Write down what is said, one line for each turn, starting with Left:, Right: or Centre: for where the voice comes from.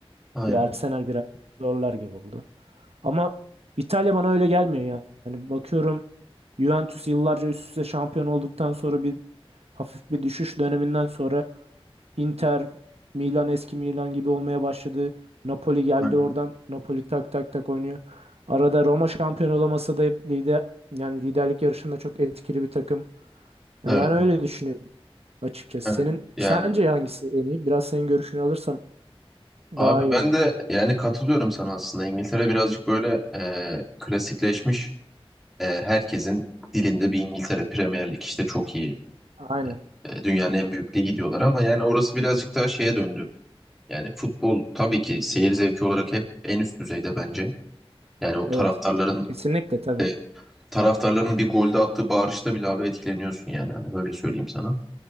Centre: Aynen.
Right: Bir Arsenal biraz zorlar gibi oldu. Ama İtalya bana öyle gelmiyor ya. Yani bakıyorum Juventus yıllarca üst üste şampiyon olduktan sonra bir hafif bir düşüş döneminden sonra Inter, Milan eski Milan gibi olmaya başladı. Napoli geldi
Centre: Aynen.
Right: oradan. Napoli tak tak tak oynuyor. Arada Roma şampiyon olamasa da hep lider yani liderlik yarışında çok etkili bir takım. Yani
Centre: Evet.
Right: ben öyle düşünüyorum açıkçası.
Centre: Evet.
Right: Senin
Centre: Yani
Right: sence hangisi en iyi? Biraz senin görüşünü alırsam daha
Centre: Abi
Right: iyi
Centre: ben
Right: olur.
Centre: de yani katılıyorum sana aslında. İngiltere birazcık böyle e, klasikleşmiş. E, herkesin dilinde bir İngiltere Premier Lig işte çok iyi.
Right: Aynen.
Centre: E, dünyanın en büyük ligi diyorlar ama yani orası birazcık daha şeye döndü. Yani futbol tabii ki seyir zevki olarak hep en üst düzeyde bence. Yani o
Right: Evet.
Centre: taraftarların
Right: Kesinlikle tabii.
Centre: e, taraftarların bir golde attığı bağırışta bile abi etkileniyorsun yani hani böyle söyleyeyim sana.